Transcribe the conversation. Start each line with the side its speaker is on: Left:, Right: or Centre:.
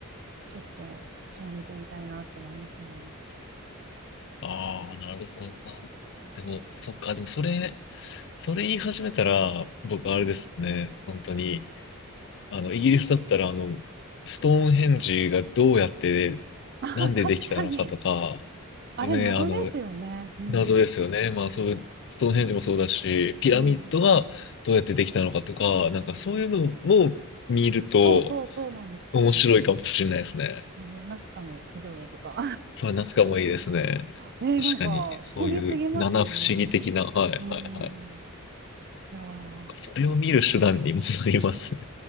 Right: ちょっと、そう見てみたいなって思いますね。
Left: ああ、なるほどな。
Right: うん
Left: でも、そっか、でもそれ、それ言い始めたら、僕あれですね、
Right: うん
Left: 本当に、あの、イギリスだったら、あの、ストーンヘンジがどうやって、
Right: あ、<laughs>
Left: なんでできたのかとか、
Right: 確かに。あれ、
Left: ね、
Right: 謎ですよね。
Left: あの、
Right: うん。
Left: 謎ですよね。まあそういう、ストーンヘンジもそうだし、ピラミッドがどうやってできたのかとか、
Right: うん
Left: なんかそういうのも見ると
Right: そうそうそうなんですよね。
Left: 面白いかもしれないですね。
Right: あの、ナスカの地上絵とか。
Left: そう、夏かもいいですね。
Right: ねえ、
Left: 確かに、
Right: なんか、不思議すぎますよね。
Left: そういう七不思議的な、はいはいはい。
Right: うん。いやー、
Left: それを見る手段にもなりますね。